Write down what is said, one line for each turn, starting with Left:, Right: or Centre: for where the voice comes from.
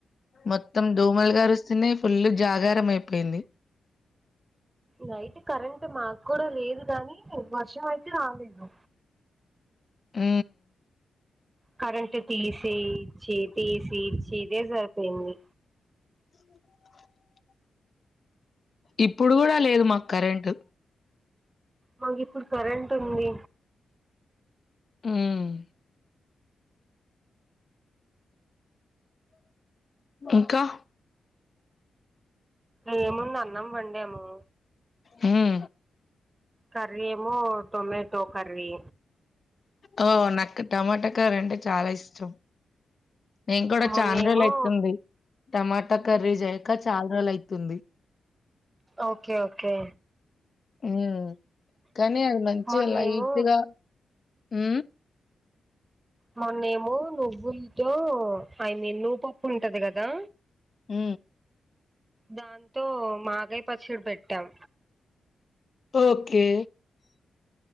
Left: మొత్తం దోమలు గారుస్తేనే ఫుల్లు జాగారం అయిపోయింది
Right: నైట్ కరెంట్ మాకు కూడా లేదు కానీ వర్షం అయితే రాలేదు.
Left: ఆ
Right: కరెంటు తీసి ఇచ్చి తీసి ఇచ్చి ఇదే సరిపోయింది.
Left: <inaudible> ఇప్పుడు కూడా లేదు మాకు కరెంట్
Right: మాకు ఇప్పుడు కరెంట్ ఉంది.
Left: ఉమ్ ఇంకా
Right: ఏముంది అన్నాం వందమో
Left: ఉం
Right: కర్రీ ఏమో టొమేటో కర్రీ
Left: ఓ నాకు టమాటా కర్రీ అంటే చాలా ఇష్టం నేను కూడా
Right: మొన్నేమో
Left: చాలా రోజులు అయితుంది టమాటా కర్రీ జేయ్యక చాల రోజులు అయితుంది.
Right: ఓకే ఓకే
Left: ఉం కానీ అది మంచిగా
Right: మొన్నేమో
Left: లైట్గా ఊ
Right: మొన్నేమో నువ్వులతో ఐ మీన్ నువ్వుపప్పు ఉంటది కదా
Left: ఊ
Right: దాంతో మాగాయ్ పచ్చడి పెట్టాం
Left: ఓకే